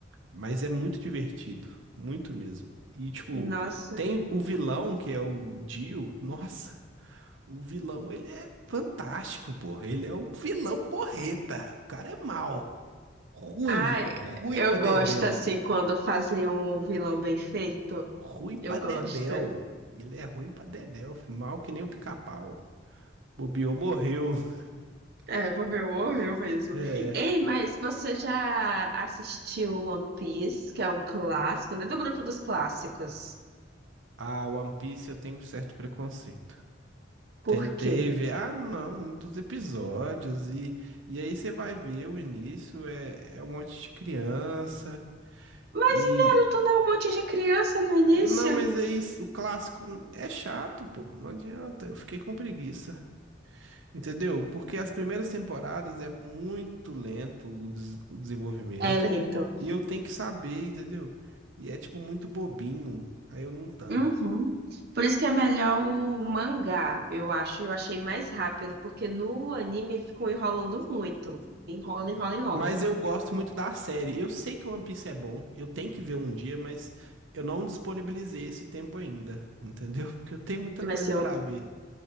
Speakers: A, on the right; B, on the right.
A: Mas é muito divertido, muito mesmo. E tipo,
B: Nossa.
A: tem o vilão que é o Dio. Nossa, o vilão, ele é fantástico, porra. Ele é um vilão porreta. O cara é mau. Ruim,
B: Ai,
A: ruim
B: eu
A: pra dedéu.
B: gosto, assim, quando fazem um vilão bem feito.
A: Ruim pra
B: Eu
A: dedéu.
B: gosto.
A: Ele é ruim pra dedéu, fi, mal que nem o pica-pau. Bobeou, morreu. <laughs>
B: É, vou ver o horror mesmo.
A: É.
B: Ei, mas você já assistiu One Piece, que é um clássico, né? Do grupo dos clássicos.
A: Ah, One Piece eu tenho um certo preconceito.
B: Por
A: Tentei
B: quê?
A: ver, ah, não, muitos episódios. E, e aí você vai ver o início, é, é um monte de criança.
B: Mas
A: E.
B: e Naruto não é um monte de criança no início?
A: Não, mas aí o clássico é chato, pô. Não adianta. Eu fiquei com preguiça. Entendeu? Porque as primeiras temporadas é muito lento o, des- o desenvolvimento
B: É, lento.
A: e eu tenho que saber, entendeu? E é tipo muito bobinho, aí eu não tanco.
B: Uhum. Por isso que é melhor o mangá, eu acho. Eu achei mais rápido, porque no anime ele ficou enrolando muito. Enrola, enrola, enrola.
A: Mas eu gosto muito da série. Eu sei que o One Piece é bom, eu tenho que ver um dia, mas eu não disponibilizei esse tempo ainda, entendeu? <laughs> Porque eu tenho muita coisa
B: Vai ser
A: pra
B: um,
A: ver.